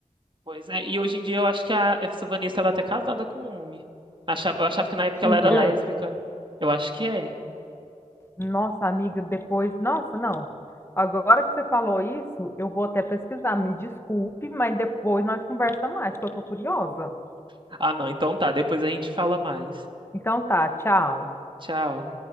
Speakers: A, on the right; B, on the left.
A: Pois é, e hoje em dia eu acho que a- essa Vanessa ela é até casada com um homem. Achava, eu achava que na época
B: Mentira.
A: ela era lésbica. Eu acho que é.
B: Nossa, amiga, depois. Nossa, não. Agora que você falou isso, eu vou até pesquisar. Me desculpe, mas depois nós conversamos mais, porque eu tô curiosa.
A: Ah, não, então tá, depois a gente fala mais.
B: Então tá, tchau.
A: Tchau.